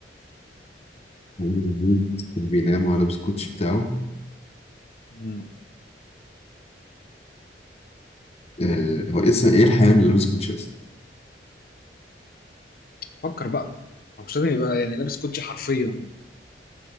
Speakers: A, on the left; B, on the left.
A: عمرو نهيد كان بينام وهو لابس الكوتشي بتاعه
B: مم.
A: آه هو اسمه ايه الحيوان اللي لابس كوتشي اصلا؟
B: فكر بقى هو مش لازم يبقى يعني لابس كوتشي حرفيا يعني